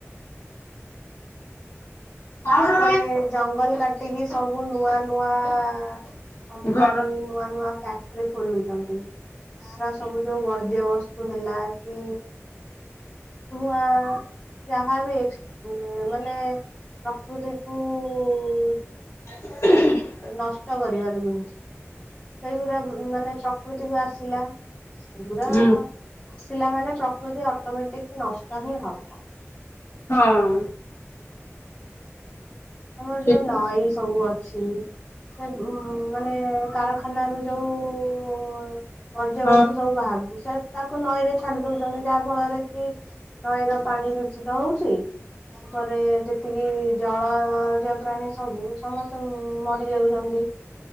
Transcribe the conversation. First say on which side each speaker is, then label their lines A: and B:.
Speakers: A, on the left; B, on the left.
A: ହଁ।
B: ତାପରେ ଜଙ୍ଗଲ କାଟିକି ସବୁ ନୂଆ ନୂଆ ଆ ଆ କମ୍ପାନୀ।
A: ଘର
B: ନୂଆ ନୂଆ ଫ୍ୟାକ୍ଟ୍ରି ଖୋଲୁଚନ୍ତି। ତାର ସବୁ ଯୋଉ ବର୍ଜ୍ୟ ବସ୍ତୁ ହେଲା କି ଧୂଆଁ ଯାହା ବି ଏ୍ସ ମାନେ ପ୍ରକୃତିକୁ ଉ -ଊ -ଉ
A: <unintelligible>
B: ନଷ୍ଟ କରିବାର ନୁହେଁ। ସେଇଗୁରା ମାନେ ପ୍ରକୃତିକୁ ଆସିଲା ସେଇ ଗୁଡା
A: ହୁଁ
B: ଆ ଆ ଆସିଲା ମାନେ ପ୍ରକୃତି ଅଟୋମେଟିକ ନଷ୍ଟ ହିଁ ହବ।
A: ହଁ।
B: ଆମର
A: ସେଇପା
B: ଯୋଉ ନଈ ସବୁ ଅଛି। ସେ ଉଁ ମାନେ କାରଖାନରୁ ଯୋଉ ଉ-ଉ-ଉ ବର୍ଜବସ୍ତୁ
A: ହଁ
B: ସବୁ ବାହାରୁଚି ସେ ତାକୁ ନଈ ରେ ଛାଡି ଦଉଚନ୍ତି ଯାହା ଫଳରେ କି ନଈ ର ପାଣି ଦୂଷିତ ହଉଚି। ତାପରେ ଯେ ଏତିକି ଜଳଜ ପ୍ରାଣୀ ସବୁ ସମସ୍ତେ ମରି ଯାଉଛନ୍ତି।